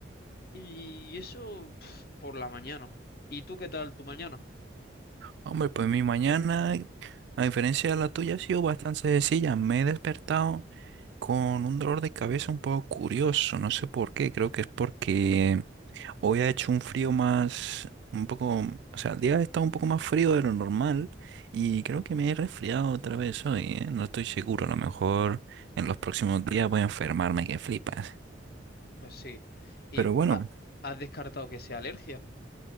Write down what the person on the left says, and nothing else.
Y eso pf, por la mañana. ¿Y tú qué tal tu mañana?
Pues sí. ¿Y
ha- has descartado que sea alergia?